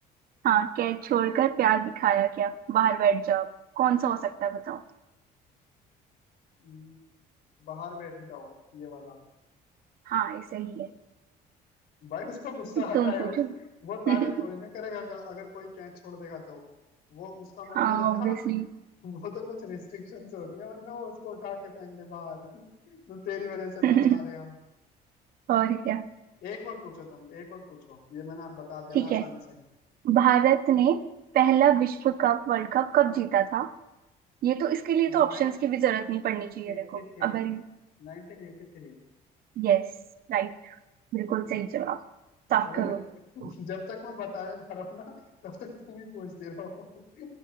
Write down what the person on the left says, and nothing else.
हम्म, बाहर बैठ जाओ ये वाला
भाई उसको गुस्सा आता
है
उस वो तारीफ
थोड़ी ना करेगा जो- अगर कोई कैच छोड़ देगा तो वो उसका मन
करेगा
<laughs> वो तो कुछ रिस्ट्रिक्शन से होती है वरना वो उसको उठा के फेंक दे बाहर <laughs> तो तेरी वजह से
मैच हारे हम
एक और पूछो तुम एक और पूछो ये मैंने बता दिया
ना आसानी
से
Nineteen
eighty
three
Nineteen eighty three
है ना
चलो
एक <laughs> जब तक मैं बताया जा रहा हूँ ना तब तक तुम ही पूछते रहो <laughs>